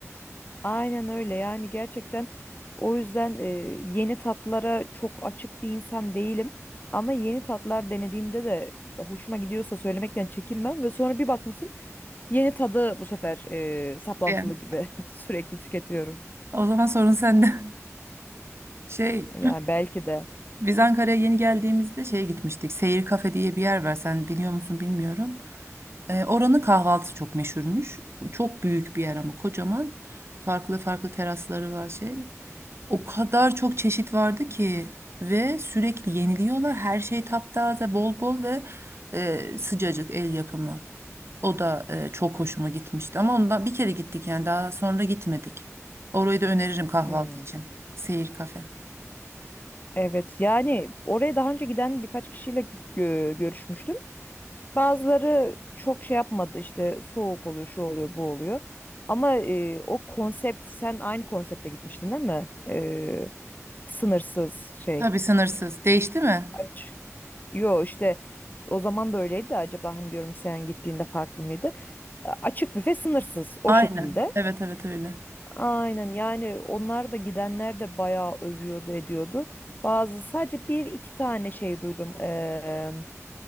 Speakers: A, on the left; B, on the right.
A: Aynen öyle yani gerçekten o yüzden e, yeni tatlara çok açık bir insan değilim. Ama yeni tatlar denediğimde de hoşuma gidiyorsa söylemekten çekinmem ve sonra bir bakmışsın yeni tadı bu sefer e, saplantılı
B: Yani.
A: gibi <laughs> sürekli tüketiyorum.
B: O zaman sorun sende. <laughs> Şey
A: Yani belki de.
B: Biz Ankara'ya yeni geldiğimizde şeye gitmiştik. Seyir Kafe diye bir yer var. Sen biliyor musun bilmiyorum. Ee, oranın kahvaltısı çok meşhurmuş. Çok büyük bir yer ama kocaman. Farklı farklı terasları var şey. O kadar çok çeşit vardı ki ve sürekli yeniliyorlar. Her şey taptaze, bol bol ve e, sıcacık el yapımı. O da e, çok hoşuma gitmişti. Ama ondan bir kere gittik yani daha sonra gitmedik. Orayı da öneririm kahvaltı
A: Hmm.
B: için. Seyir Kafe.
A: Evet yani oraya daha önce giden birkaç kişiyle gö- görüşmüştüm. Bazıları çok şey yapmadı işte soğuk oluyor, şu oluyor, bu oluyor. Ama e, o konsept sen aynı konsepte gitmiştin değil mi? E, sınırsız şey
B: Tabii sınırsız. Değişti mi?
A: aç. Yo işte o zaman da öyleydi de acaba hani diyorum sen gittiğinde farklı mıydı? E, Açık büfe sınırsız o
B: Aynen.
A: şekilde.
B: Evet evet öyle.
A: Aynen yani onlar da gidenler de bayağı övüyordu ediyordu. Bazı sadece bir iki tane şey duydum. Eee,